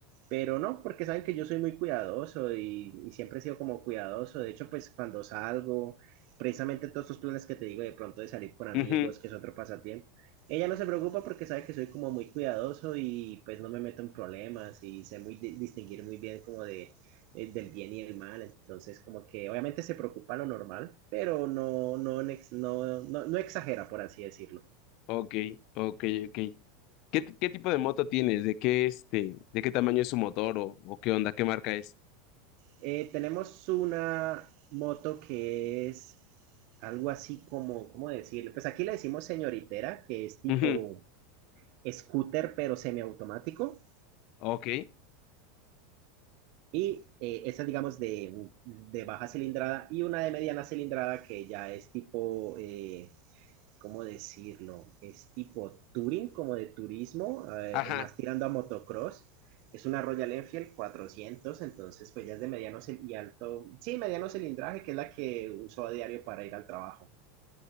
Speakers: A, on the right (about 55°); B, on the left (about 50°).
A: Pero no, porque saben que yo soy muy cuidadoso y, y siempre he sido como cuidadoso. De hecho, pues cuando salgo, precisamente todos estos planes que te digo de pronto de salir con amigos,
B: <laughs>
A: que es otro pasatiempo, ella no se preocupa porque sabe que soy como muy cuidadoso y pues no me meto en problemas y sé muy di- distinguir muy bien como de eh, del bien y el mal. Entonces, como que obviamente se preocupa lo normal, pero no, no, en ex- no, no, no exagera, por así decirlo.
B: Ok, ok, ok. ¿Qué, t- qué tipo de moto tienes? ¿De qué este, de qué tamaño es su motor o, o qué onda, qué marca es?
A: Eh, tenemos una moto que es algo así como, ¿cómo decirlo? Pues aquí le decimos señoritera, que es tipo
B: Ujú,
A: scooter, pero semiautomático.
B: Ok,
A: Y eh, esa, es, digamos, de, de baja cilindrada y una de mediana cilindrada que ya es tipo eh, ¿cómo decirlo? Es tipo touring, como de turismo, eh,
B: ajá.
A: más tirando a motocross. Es una Royal Enfield 400, entonces pues ya es de mediano cil- y alto, sí, mediano cilindraje, que es la que uso a diario para ir al trabajo.